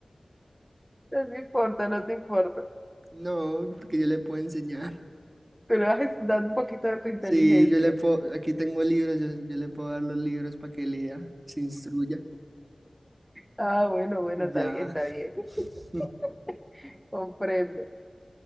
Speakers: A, in the centre; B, on the right.
A: No te importa, no te importa.
B: no, porque yo le puedo enseñar.
A: Tú le vas dando un poquito de tu inteligencia.
B: Sí, yo le puedo, aquí tengo libros, yo, yo le puedo dar los libros para que lea, se instruya
A: Ah, bueno, bueno,
B: y
A: está
B: ya.
A: bien, está bien.
B: <laughs>
A: <laughs> Comprendo.